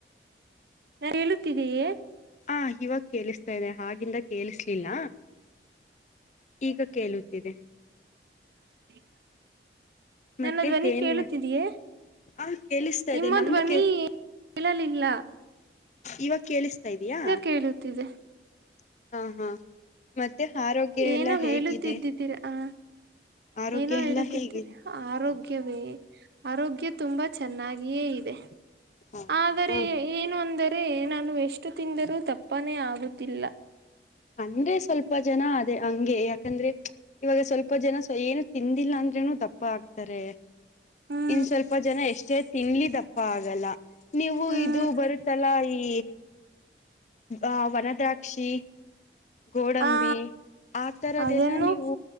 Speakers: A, on the right; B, on the left.
A: ನಾ ಹೇಳುತ್ತಿದ್ದೀಯೇ
B: ಹಾ ಇವಾಗ ಕೇಳಿಸ್ತಾ ಇದೆ ಹಾಗಿಂದ ಕೇಳಿಸಲಿಲ್ಲ ಈಗ ಕೇಳುತ್ತಿದೆ.
A: <inaudible>
B: ಮತ್ತೆ
A: ನನ್ನ ಧ್ವನಿ
B: ಏನ್
A: ಕೇಳುತ್ತಿದೀಯೇ
B: ಮಾಡ ಹ ಕೇಳಿಸ್ತಾ
A: ನಿಮ್ಮ
B: ಇದೆ ನಮ್ದು
A: ಧ್ವನಿ.
B: ಕೇ
A: ಕೇಳಲಿಲ್ಲಾ.
B: ಇವಾಗ ಕೇಳಿಸ್ತಾ ಇದಯಾ ಹಾ
A: ಕೇಳುತ್ತಿದೆ
B: ಹಾ ಮತ್ ಮತ್ತೆ ಆರೋಗ್ಯ
A: ಏನೋ
B: ಎಲ್ಲ ಹೇಗಿದೆ.
A: ಹೇಳುತ್ತಿದ್ದಿದ್ದೀರಾ ಆ
B: <inaudible>
A: ಏನೋ ಹೇಳುತ್ತಿದ್ದೀರಿ
B: ಹೇಗಿದೆ
A: ಆರೋಗ್ಯವೇ ಆರೋಗ್ಯ ತುಂಬಾ ಚೆನ್ನಾಗಿಯೇ ಇದೆ.
B: ಹೌದಾ
A: ಆದರೆ ಏನು ಒಂದ ಆದೆ ನಾನು ಎಷ್ಟು ತಿಂದರೂ ದಪ್ಪಾನೇ ಆಗುತ್ತಿಲ್ಲ.
B: ಹಂಗೆ ಸ್ವಲ್ಪ ಜನ ಅದದೆ ಹಂಗೆ ಯಾಕಂದ್ರೆ ಇವಾಗ ಸ್ವಲ್ಪ ಜನ ಸ ಏನು ತಿಂದಿಲ್ಲ ಅಂದ್ರೇನು ದಪ್ಪ ಆಗ್ತಾರೆ.
A: ಹ್ಮ.
B: ಇನ್ ಸ್ವಲ್ಪ ಜನ ಎಷ್ಟೇ ತಿನ್ಲಿ ದಪ್ಪ ಆಗಲ್ಲ ನೀವು
A: ಹ್ಮ್
B: ಇದು ಬರುತ್ತಲ್ಲ ಈ ಆ ಒಣ ದ್ರಾ ಕ್ಷಿ ಗೋಡಂಬಿ
A: ಆ
B: ಆ ತರದೆಲ್ಲ
A: ಅದನ್ನು
B: ನೀವು.